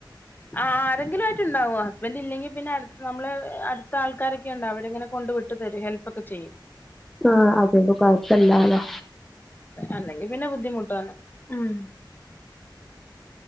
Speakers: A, on the left; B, in the centre.
A: ആ ആരെങ്കിലും ആയിട്ട് ഉണ്ടാവും ഹസ്ബന്റ് ഇല്ലെങ്കി പിന്നെ അടുത്ത് നമ്മള് അടുത്ത ആൾക്കാരെക്കെണ്ട് അവരിങ്ങനെ കൊണ്ടുവി ഇട്ട് തെരും ഹെൽപൊക്കെ ചെയ്യും
B: ആഹ് അത്കൊണ്ട് കൊയപ്പല്ലാല്ലോ
A: അല്ലെങ്കി പിന്നെ ബദ്ധിമു ട്ടാണ് ഉം